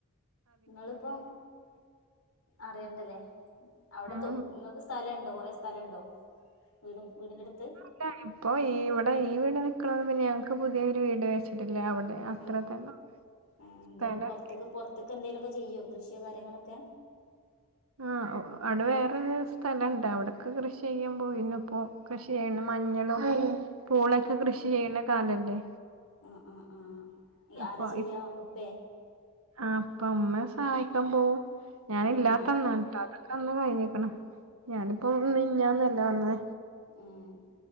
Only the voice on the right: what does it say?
ഉം
ഇല്ല ഇപ്പൊ ഈ ഇവിടെ ഈ വീട് നിക്കണത് പിന്നെ ഞങ്ങക്ക് പുതിയൊരു വീട് വെച്ചിട്ടില്ല അവിടെ അത്ര
തന്നെ
സ്ഥലം
ആഹ് അവിടെ വേറൊരു സ്ഥലണ്ട് അവിടൊക്കകൃഷി ചെയ്യാൻ പോയിന്നു ഇപ്പൊ കൃഷി ചെയ്യുന്ന മഞ്ഞളും പൂളൊക്കെ കൃഷിചെയ്യണ കാലല്ലേ
അപ്പൊ
ആഹ് ഉപ്പ ഉമ്മേ സഹായിക്കാൻ പോവും ഞാന്ല്ലാത്തന്നാട്ടോ
അതൊക്കെ അന്ന് കഴിഞ്ഞിക്കണ് ഞാനിപ്പൊ മിഞ്ഞാന്നല്ലേ വന്നെ